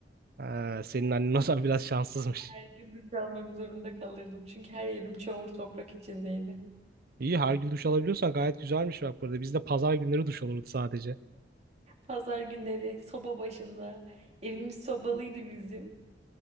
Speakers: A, on the right; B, on the right.
A: Ha, senin annen o zaman biraz şanssızmış.
B: Her gün duş almak zorunda kalırdım çünkü her yerim çamur toprak içindeydi.
A: İyi her gün duş alabiliyorsan gayet güzelmiş bak burada. Bizde pazar günleri duş olurdu sadece.
B: Pazar günleri soba başında evimiz sobalıydı bizim.